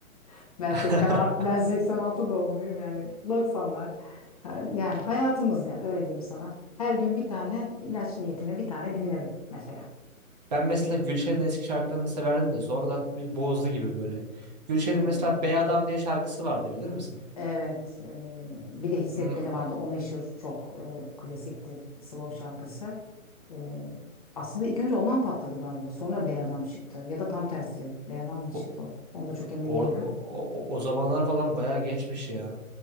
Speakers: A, on the left; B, on the right.
A: <laughs> Ben
B: <laughs>
A: 80, ben 86 doğumluyum yani 90'lar. Ha, Yani hayatımız yani öyle diyeyim sana. Her gün bir tane ilaç niyetine bir tane dinlerim mesela.
B: Ben mesela Gülşen'in eski şarkılarını severdim de sonradan bir bozdu gibi böyle. Gülşen'in
A: Hmm.
B: mesela Bey Adam diye şarkısı vardı bilir misin?
A: Evet, e, bir de Hissetmeni
B: Hmm,
A: vardı. O meşhur çok e, klasiktir slow şarkısı. E, aslında ilk önce ondan patladı galiba. Sonra Bey Adam çıktı. Ya da tam tersi. Bey Adam mı çıktı?
B: O,
A: Onda çok emin
B: or-
A: değilim.
B: o, o, o zamanlar falan bayağı geçmiş ya.